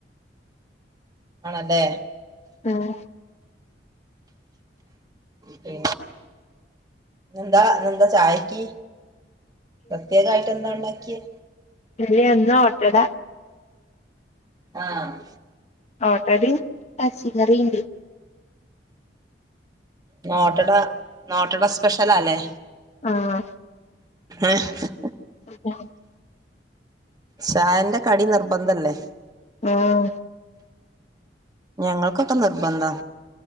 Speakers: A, on the right; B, on the left.
A: ആണല്ലേ
B: പിന്നെ
A: പി ന്നെന്താ ഇന്നന്താ ചായക്ക് പ്രത്യേകായ്ട്ട് എന്താ ഒണ്ടാക്കിയെ
B: ഇനി എന്നാ ഓട്ടട
A: ആഹ്
B: ഓട്ടടയും എറച്ചി കറീണ്ട്
A: ന്നോട്ടട ന്നൊട്ടട സ്പെഷ്യലാല്ലേ
B: ആഹ്
A: ഏഹ്
B: <unintelligible>
A: ചായന്റ കടി നിർബന്ധല്ലേ
B: ആഹ്
A: ഞങ്ങൾക്കൊക്ക നിർബന്ധാ